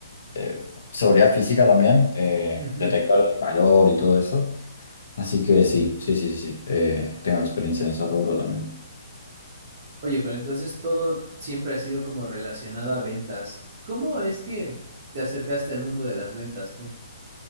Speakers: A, on the left; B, on the right.
A: eh, seguridad física también, eh,
B: Ujú.
A: detectores de calor y todo eso. Así que sí, sí, sí, sí, sí. eh, tengo experiencia en ese rubro también.
B: Oye, pero entonces todo siempre ha sido como relacionado a ventas. ¿Cómo es que te acercaste al mundo de las ventas tú?